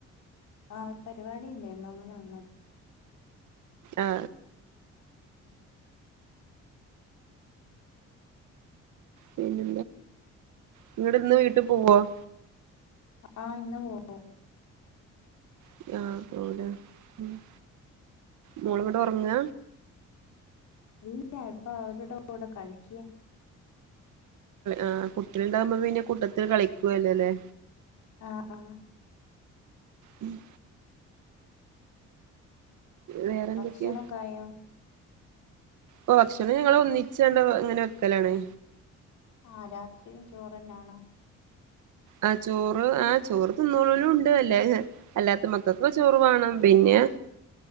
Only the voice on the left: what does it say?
ആഹ ഒരു പരിപാടി ഉണ്ടായിരുന്നു അങ്ങനെ വന്നതാ
ആഹ ഇന്ന് പോവും.
ഇല്ല ഇപ്പൊ അവരുടെ കൂടെ കളിക്കാ.
ആഹ ആഹ.
ഭക്ഷണക്കായോ?
ആഹ രാത്രിയും ചോറ് തന്നെ ആണോ?